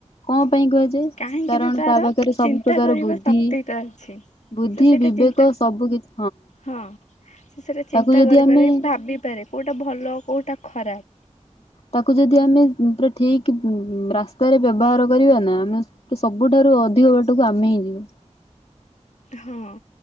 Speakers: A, on the left (about 55°); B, on the left (about 80°).
A: କଣ ପାଇଁ କୁହାଯାଏ?
B: କାହିଁକି
A: କାରଣ
B: ନା ତାର
A: ତା ପାଖରେ ସବୁ
B: ଚିନ୍ତା
A: ପ୍ରକାର
B: କରିବା
A: ବୁଦ୍ଧି
B: ଶକ୍ତିଟା ଅଛି।
A: ବୁଦ୍ଧି
B: ସେ ସେଇଟା
A: ବିବେକ
B: ଚିନ୍ତା
A: ସବୁ କିଛି
B: ହଁ ସେ ସେଇଟା
A: ତାକୁ
B: ଚିନ୍ତା
A: ଯଦି
B: କରିପାରେ
A: ଆମେ
B: ଭାବି ପାରେ କୋଉଟା ଭଲ କୋଉଟା ଖରାପ
A: ତାକୁ ଯଦି ଆମେ ପୁରା ଠିକ୍ ରାସ୍ତାରେ ବ୍ୟବହାର କରିବା ନା ଆମେ ସବୁଠାରୁ ଅଧିକ ବାଟକୁ ଆମେ ହିଁ ଯିବୁ।
B: ହଁ।